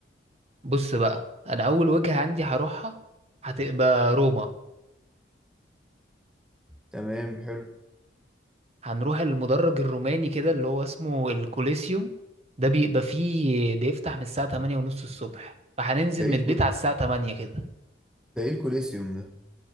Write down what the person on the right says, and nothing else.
بص بقى انا اول وجهة عندي هروحها هتبقى روما
هنروح المدرج الروماني كده اللي هو اسمه الكوليسيوم ده بيبقى فيه بيفتح من الساعة 8 ونص الصبح فهننزل
من البيت
على الساعة 8 كده